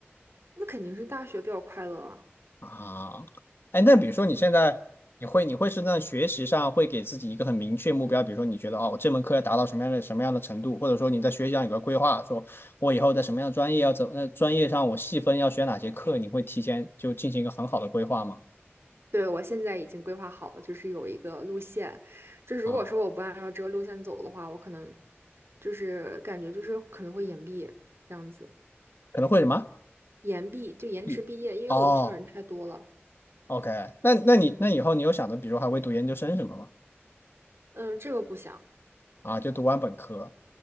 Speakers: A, on the right; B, on the left.
A: 那肯定是大学比较快乐啊。
B: 啊，哎，那比如说你现在你会你会是在学习上会给自己一个很明确目标，比如说你觉得哦，我这门课要达到什么样的什么样的程度，或者说你在学习上有个规划，说我以后在什么样的专业要走，呃，专业上我细分要选哪些课，你会提前就进行一个很好的规划吗？
A: 对，我现在已经规划好了，就是有一个路线，就是如果说我不按照这个路线走的话，
B: 啊，
A: 我可能就是感觉就是可能会延毕这样子，
B: 可能会什么？
A: 延毕就延迟毕业，
B: 一哦
A: 因为我们学校人太多了。
B: ，OK，那那你那以后你有想着，比如还会读研究生什么吗？
A: 嗯，这个不想。
B: 啊，就读完本科